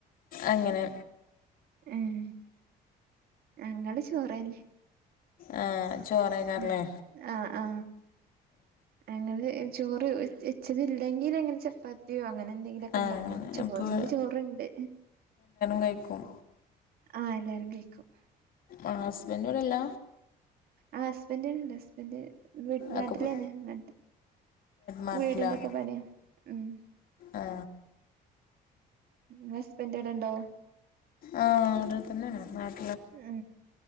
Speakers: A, on the left (about 60°); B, on the right (about 65°).
A: അങ്ങനെ
B: ഉം. ഞങ്ങള് ചോറന്നെ.
A: ആ ചോറേക്കാറല്ലേ
B: മ് ആ ആ ഞങ്ങള് ചോറ് ഉച് വെച്ചത് ഇല്ലെങ്കിലിങ്ങനെ ചപ്പാത്തിയോ അങ്ങനെ എന്തെങ്കിലൊക്കെണ്ടാക്കും.
A: ആ അങ്ങനെ
B: ചോ
A: അപ്പോൾ
B: ഇന്ന്ചോറ്ണ്ട്.
A: വെക്കും.
B: ആ എല്ലാരുംകഴിക്കും.
A: ആ ഹസ്ബന്റ് ഇവടില്ല?
B: ആ ഹസ്ബന്റ് ഇവിടണ്ട്. ഹസ്ബന്റ് വി നാട്ടില്
A: ആക്ക്
B: തന്നെ നാ
A: നാട്ടിലാണ്
B: വീടിന്റെ ഒക്കെ പണിയാ. ഉം.
A: ആ
B: ങ്ങളെ ഹസ്ബന്റ് ഇവിടണ്ടോ?
A: ആ ഇവടെതന്നെണ് നാട്ടി
B: ഹ്